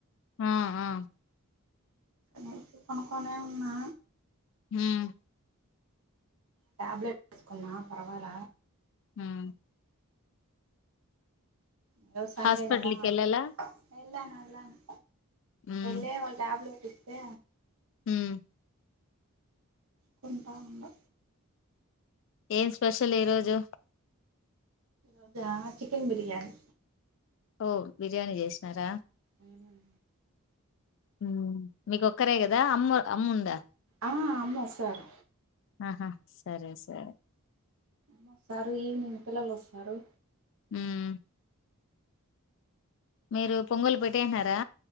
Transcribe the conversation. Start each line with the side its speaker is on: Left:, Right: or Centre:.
Left: మ్మ్ఉహ్మ్
Right: నైట్ పనుక్కొనే ఉన్నా
Left: ఉమ్మ్
Right: టాబ్లెట్ ఏసుకున్నా పర్వాల
Left: ఉమ్మ్
Right: ఈరోజు సండే
Left: హాస్పిటల్కి
Right: కదా
Left: వెళ్ళాలా
Right: ఎళ్లాను అళ్లాను
Left: ఉమ్
Right: ఎళ్లి వాళ్ళు ట్యాబ్లెట్ ఇస్తే
Left: ఉమ్మ్
Right: కుంటా ఉండా
Left: ఏం స్పెషల్ ఈరోజు
Right: అదా చికెన్ బిర్యానీ
Left: ఓ బిర్యానీ చేసినారా
Right: ఉమ్మ్
Left: ఉమ్మ్ మీకు ఒక్కరే కదా అమ్మ అమ్ముందా
Right: ఆ అమ్మ వసారు
Left: ఆహా సరే సరే
Right: మా సారు ఈవినింగ్ పిల్లలు వస్తారు
Left: ఉమ్మ్ మీరు పొంగలు పెట్టేసినారా